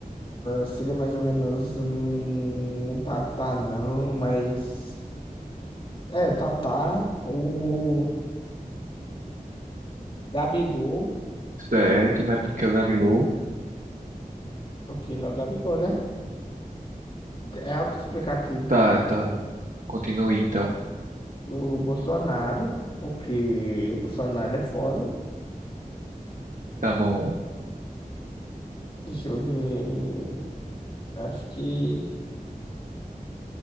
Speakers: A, on the left (about 35°); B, on the right (about 60°).
A: Seria mais ou menos hum, o Tata, não, mas. É, o Tata, o Gabigol,
B: certo, mas porque o Gabigol?
A: porque ele é o Gabigol, né? É autoexplicativo.
B: Tá, tá. Continue então.
A: O Bolsonaro, porque o Bolsonaro é foda.
B: Tá bom.
A: Deixa eu ver. Acho que